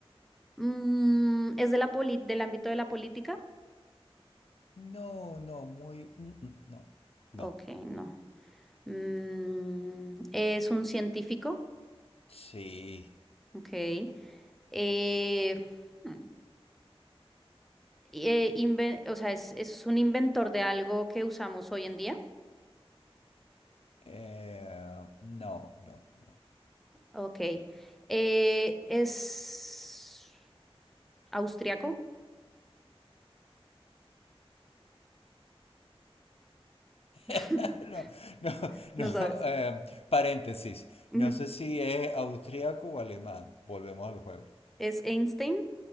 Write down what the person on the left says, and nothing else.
No, no, muy... mm, mm, No, no.
Sí.
Eh, no, no, no.
<laughs> No, no, no.
eh, paréntesis.
No sé si es austríaco o alemán. Volvemos al juego.